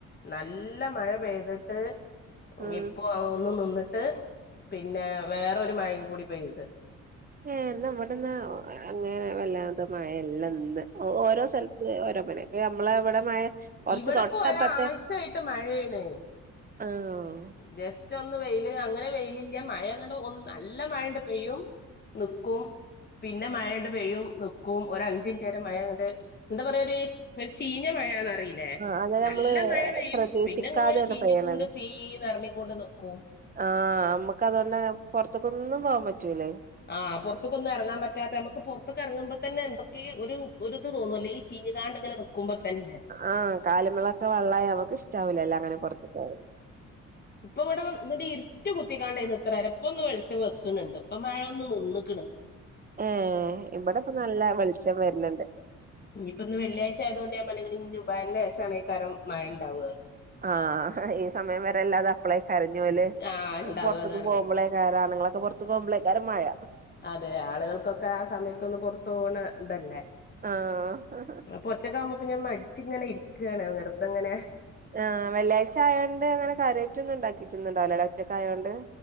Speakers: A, on the left; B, on the right.
A: നല്ല മഴ പെയ്തിട്ട്.
B: ആഹ്
A: ഇപ്പോ അതൊന്ന് നിന്നിട്ട് പിന്നെ വേറരു മഴയും കൂടി പെയ്ത്.
B: ഏ നമ്മടന്നാ അങ്ങനെ വല്ലാത്ത മഴയില്ലെന്ന് ഇന്ന്. ഓ ഓരോ സ്ഥലത്ത് ഓരോ മിനെ ഇപ്പ ഞമ്മള അവിടെ മഴ കൊറച്ച്
A: ഇവിടെ
B: തൊട്ടപ്പത്തെ
A: ഇപ്പോരായ്ച്ച ആയിട്ട് മഴയാണ്.
B: ആഹ്
A: ജസ്റ്റ് ഒന്ന് വെയില് അങ്ങനെ വെയിലില്ല മഴ അങ്ങണ്ട് ഒ നല്ല മഴ അങ്ങട്ട് പെയ്യും. നിക്കും പിന്നെ മഴ അങ്ങട്ട് പെയ്യും നി ക്കും ഒരഞ്ച്മിനിറ്റ് വരെ മഴ അങ്ങട്ട് എന്താ പറയാ ഒരു ഒരു ചീഞ്ഞ മഴന്ന്റിയാം. ല്ലെ
B: ആഹ് അത് നമ്മള്
A: നല്ല മഴ പെയ്യും
B: പ്രതീക്ഷിക്കാതെയാണ്
A: പിന്നെ ഇങ്ങനെ ചീഞ്ഞിക്കൊണ്ട്
B: പെയ്യണത്
A: സീന്ന്റങ്ങിക്കൊണ്ട് നിക്കും.
B: ആഹ് നമ്മുക്ക് അതൊണ്ട് പൊ റത്തേക്കൊന്നും പോവാൻ പറ്റൂല്ലേ.
A: ആഹ് പുറതേകൊന്നും ഇറങ്ങാൻ പറ്റാത്തെ നമുക്ക് പുറത്തക്ക് ഇറങ്ങുമ്പോ തന്നെ എന്തൊക്കെയ ഒരുഇത് തോന്നൂലേ ഈ ചീഞ്ഞുകാണ്ടങ്ങനെ മിനിക്കുമ്പോ തന്നെ.
B: ആഹ് കാലിമളൊക്കെ വെള്ളായി നമ്മക്ക് ഇഷ്ടവലല്ലോ അങ്ങനെ പുറത്ത പോ
A: ഇപ്പ ഇവിടെ ഇങ്ങിട്ട് ഇരുട്ടു കുത്തിക്കാണ്ടന്ന് ഇത്ര നേരം ഇപ്പൊന്നു ഒന്ന് വെളിച്ചം വെക്കണണ്ട് ഇപ്പം മഴ ഒന്ന് നിന്ന്ക്ന്.
B: ഏ ഇവിടെ ഇപ്പോ നല്ല വെളിച്ചം വരുന്നുണ്ട്.
A: ഇനിയിപ്പൊ ഇന്ന് വെള്ളിയാഴ്ച ആയത് കൊണ്ട് ഞാൻ പറഞ്ഞ്ക്ന് ഇനി ജുമഹക് ശേഷംആയിരിക്കും മഴ ഉണ്ടാവുകന്ന്.
B: ആഹ് ഈ സമയം വരെ അല്ലാതാ അപ്പളെ കരഞ്ഞോല്
A: ആഹ് ഉണ്ടാവുകാന്ന്
B: പുറത്തേക്ക്
A: പറഞ്ഞിക്കണ്
B: പോകുമ്പലേകാരം ആണുങ്ങൾപുറത്തു പോകുമ്പളേക്കാരം മഴ.
A: അതെ ആളുകൾക്കൊക്കെ ആ സമയത്തൊന്ന് പുറത്ത് പോകുന്ന ഇതല്ലേ.
B: ആഹ്.
A: അപ്പൊ ഒറ്റക്കാകുമ്പോപ്പ ഞാൻ മടിച്ച ഇങ്ങനെ ഇരിക്കാന് വെറുതെങ്ങനെ.
B: ആഹ് വെള്ളിയാഴ്ച ആയോണ്ട് അങ്ങനെ കാരിയിറ്റൊന്നും ഉണ്ടാക്കിട്ടൊന്നണ്ടാവൂലലെ ഒറ്റക്കായോണ്ട്.